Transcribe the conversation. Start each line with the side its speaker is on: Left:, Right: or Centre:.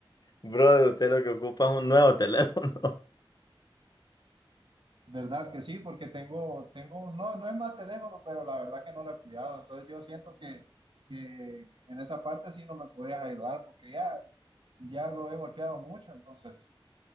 Left: Brother, usted lo que ocupa es un nuevo teléfono. <laughs>
Right: ¿Verdad que sí? Porque tengo, tengo, no, no es mal teléfono, pero la verdad que no lo he cuidado, entonces yo siento que, que en esa parte sí no me podrías ayudar porque ya, ya lo he golpeado mucho, entonces...